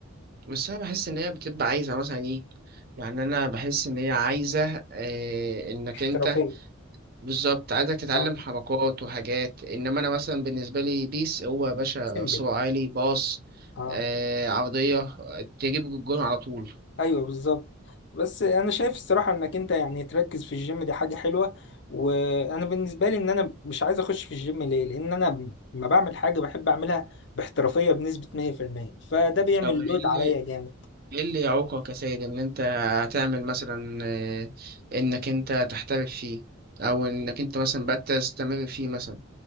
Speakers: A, on the right (about 45°); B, on the left (about 55°).
A: بس انا بحس ان هي بتبقى عايزه مثلا ايه يعني انا بحس ان هي عايزه إيه انك
B: احترافيه
A: انت بالظبط عايزك تتعلم
B: اه
A: حركات وحاجات انما انا مثلا بالنسبه لي بيس هو يا باشا
B: سيمبل
A: صراع عالي باص
B: اه
A: آه عرضيه تجيب الجون على طول
B: ايوه بالظبط بس انا شايف الصراحه انك انت يعني تركز في الجيم دي حاجه حلوه وانا بالنسبه لي ان انا مش عايز اخش في الجيم ليه لان انا ما بعمل حاجه بحب اعملها باحترافيه بنسبه 100% فده بيعمل
A: طب ايه
B: لود
A: اللي
B: عليا جامد
A: ايه اللي يعوقك يا سيد ان انت هتعمل مثلا آه، انك انت تحترف فيه او انك انت مثلا بقى تستمر فيه مثلا